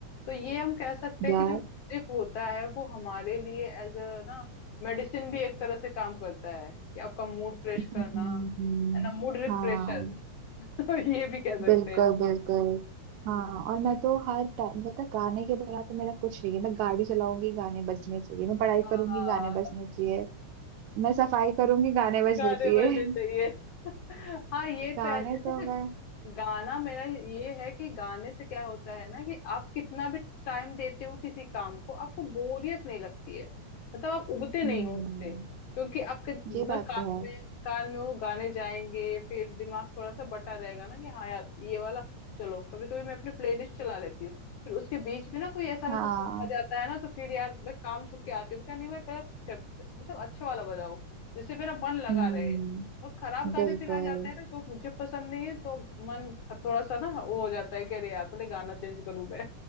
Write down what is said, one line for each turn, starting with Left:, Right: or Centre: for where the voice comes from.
Left: तो ये हम कह सकते हैं
Right: यार
Left: कि जो म्यूजिक होता है वो हमारे लिए एज अ ना मेडिसिन भी एक तरह से काम करता है कि आपका मूड फ्रेश
Right: हम्म
Left: करना
Right: हम्म,
Left: है ना मूड रिफ्रेशर
Right: हाँ
Left: <laughs> तो ये भी कह सकते
Right: बिल्कुल
Left: हैं
Right: बिल्कुल हाँ और मैं तो हर टाइम मतलब गाने के बिना तो मेरा कुछ नहीं है मैं गाड़ी चलाऊंगी गाने बजने चाहिए मैं
Left: इसको।
Right: पढ़ाई करूंगी गाने बजने चाहिए मैं सफाई करूंगी गाने बजने
Left: गाने
Right: चाहिए
Left: बजने चाहिए
Right: <laughs>
Left: हाँ ये तो
Right: गाने
Left: है जैसे
Right: तो मैं
Left: ना गाना मेरा ये है कि गाने से क्या होता है ना कि आप कितना भी टाइम देते हो किसी काम को आपको बोरियत नहीं लगती है मतलब आप उबते नहीं
Right: हम्म
Left: हो उससे क्योंकि आपके
Right: ये
Left: ना
Right: बात
Left: कान
Right: तो
Left: में
Right: है
Left: कान में वो गाने जाएंगे फिर दिमाग थोड़ा सा बटा रहेगा ना कि हाँ यार ये वाला चलो कभी कभी मैं अपने प्लेलिस्ट चला लेती हूँ फिर उसके बीच में ना कोई ऐसा वैसा
Right: हाँ
Left: सॉन्ग आ जाता है ना तो फिर यार मैं काम छोड़ के आती हूँ मैं कहा, नहीं मैं पहले मतलब अच्छा वाला बजाओ जिससे मेरा मन लगा
Right: हम्म
Left: रहे और खराब गाने
Right: बिल्कुल
Left: फिर आ जाते हैं ना जो मुझे पसंद नहीं है तो मन ख- थोड़ा सा ना वो हो जाता है कि अरे यार पहले गाना चेंज करूं मैं